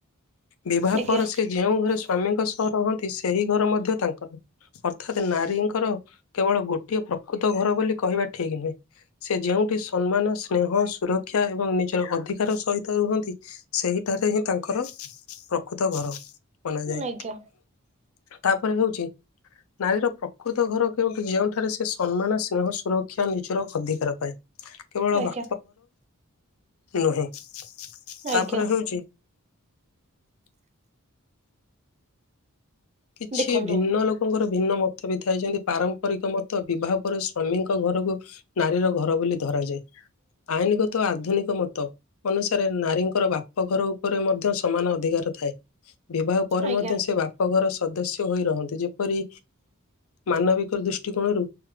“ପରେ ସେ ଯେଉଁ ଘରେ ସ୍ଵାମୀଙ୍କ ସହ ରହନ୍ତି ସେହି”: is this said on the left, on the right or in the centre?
Left